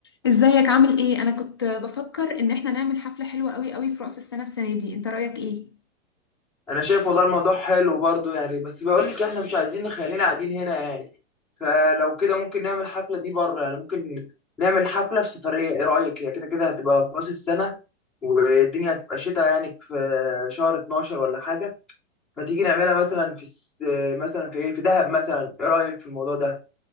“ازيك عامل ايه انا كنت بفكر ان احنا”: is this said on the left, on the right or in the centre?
Left